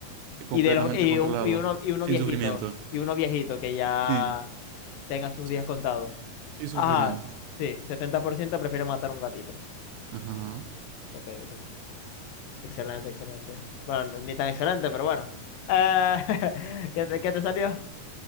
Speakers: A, on the right; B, on the left.
A: eh, completamente
B: Y de los y,
A: controlado,
B: un- y uno y uno
A: sin
B: viejito,
A: sufrimiento.
B: y uno viejito que ya
A: Sí,
B: tenga sus
A: sí,
B: días contados.
A: sí, sin sufrimiento.
B: Ajá, sí, 70% prefiere matar a un gatito.
A: Ajá.
B: Ok, ok. Excelente, excelente. Bueno, ni tan excelente, pero bueno. Eh, <laughs> ¿qué te, qué te salió?